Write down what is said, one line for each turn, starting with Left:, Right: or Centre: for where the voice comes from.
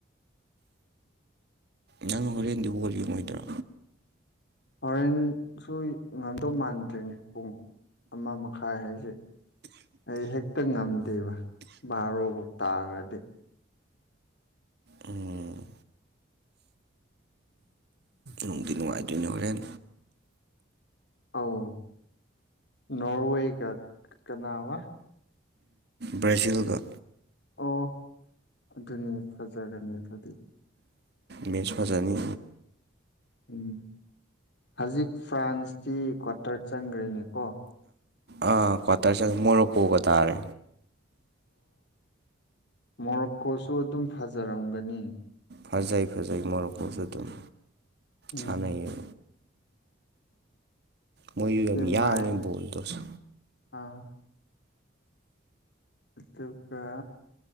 Right: ꯅꯪ ꯍꯣꯔꯦꯟꯗꯤ ꯕꯣꯜ ꯌꯦꯡꯉꯣꯏꯗ꯭ꯔ
Left: ꯍꯣꯔꯦꯟꯁꯨ ꯉꯝꯗꯧ ꯃꯥꯟꯗ꯭ꯔꯦꯅꯦ ꯄꯨꯡ ꯑꯃ ꯃꯈꯥꯏ ꯍꯥꯏꯁꯦ ꯑꯩ ꯍꯦꯛꯇ ꯉꯝꯗꯦꯕ ꯕꯥꯔꯣꯕꯨ ꯇꯥꯈꯔꯗꯤ
Right: ꯎꯝ ꯅꯨꯡꯗꯤ ꯅꯨꯡꯉꯥꯏꯗꯣꯏꯅꯦ ꯍꯣꯔꯦꯟ
Left: ꯑꯧ ꯅꯣꯔꯋꯦꯒ ꯀꯅꯥꯕ
Right: ꯕ꯭ꯔꯖꯤꯜꯒ
Left: ꯑꯣ ꯑꯗꯨꯅꯤ ꯐꯖꯒꯅꯤ ꯑꯗꯨꯗꯤ
Right: ꯃꯦꯠꯁ ꯐꯖꯅꯤ
Left: ꯎꯝ ꯍꯧꯖꯤꯛ ꯐ꯭ꯔꯥꯟꯁꯇꯤ ꯀ꯭ꯋꯥꯇꯔ ꯆꯪꯈ꯭ꯔꯦꯅꯦꯀꯣ
Right: ꯑꯥ ꯀ꯭ꯋꯥꯇꯔ ꯆꯪꯉꯦ ꯃꯣꯔꯣꯀꯣꯒ ꯇꯥꯔꯦ
Left: ꯃꯣꯔꯣꯀꯣꯁꯨ ꯑꯗꯨꯝ ꯐꯖꯔꯝꯒꯅꯤ
Right: ꯐꯖꯩ ꯐꯖꯩ ꯃꯣꯔꯣꯀꯣꯁꯨꯨ ꯑꯗꯨꯝ
Left: ꯎꯝ
Right: ꯁꯥꯅꯩꯕ ꯃꯣꯏꯁꯨ
Left: ꯁꯦꯃꯥꯏ
Right: ꯌꯥꯝ ꯌꯥꯡꯉꯦ ꯕꯣꯜꯗꯨꯁꯨ
Left: ꯑꯥ ꯑꯗꯨꯒ